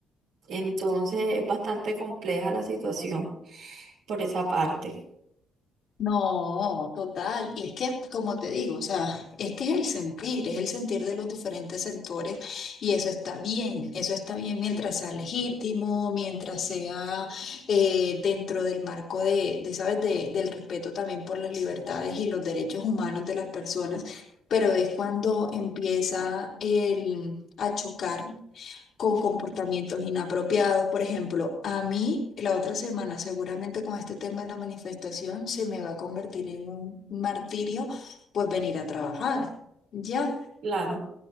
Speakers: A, on the right; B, on the left.
A: Entonces es bastante compleja la situación por esa parte.
B: No, total. Y es que, como te digo, o sea, es que es el sentir, es el sentir de los diferentes sectores y eso está bien, eso está bien mientras sea legítimo, mientras sea eh, dentro del marco de, de ¿sabes?, de, del respeto también por las libertades y los derechos humanos de las personas, pero es cuando empieza el, a chocar con comportamientos inapropiados. Por ejemplo, a mí la otra semana, seguramente con este tema de la manifestación, se me va a convertir en un martirio, pues venir a trabajar. Ya,
A: Claro,